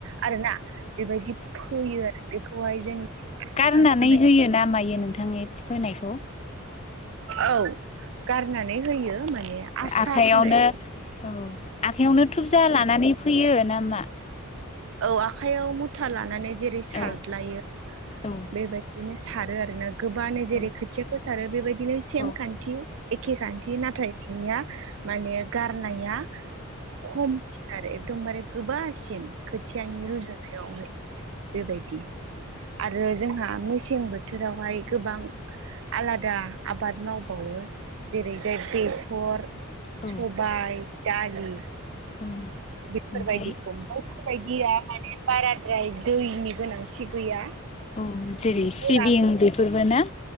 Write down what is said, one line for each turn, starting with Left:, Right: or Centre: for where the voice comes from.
Right: आरोना बेबायदि फैयो आरो। बेखौहाय जोंनि आस्रा
Left: गारनानै
Right: फोनाय
Left: होयो ना मायो नोंथां बे फोनायखौ
Right: औ गारनानै होयो माने आस्रा
Left: आखाइयावनो
Right: फोनाय
Left: आखाइयावनो थुबजा लानानै फैयो ना मा?
Right: औ आखयाव मुथा लानानै जेरै सारलायो
Left: औ औ
Right: बेबायदिनो सारो आरोना गोबाङनो जेरै
Left: औ
Right: खोथियाखौ सारो बेबायदिनो सेम
Left: औ
Right: खान्थि एखे खान्थि नाथाय बिनिया माने गारनाया खमसिन आरो एकदमबारे गोबासिन। खोथियानि रुजुनायावहाय बेबायदि। आरो जोंहा मेसें बोथोरावहाय गोबां आलादा आबाद मावबावो जेरै जाय बेसर
Left: औ
Right: सबाय दालि
Left: औ
Right: बेफोरबायदिखौ।
Left: ओमफ्राय
Right: बेफोरबायदिया माने बाराद्राय दैनि गोनांथि गैया।
Left: औ जेरै
Right: गोरान
Left: सिबिं बेफोरबो ना।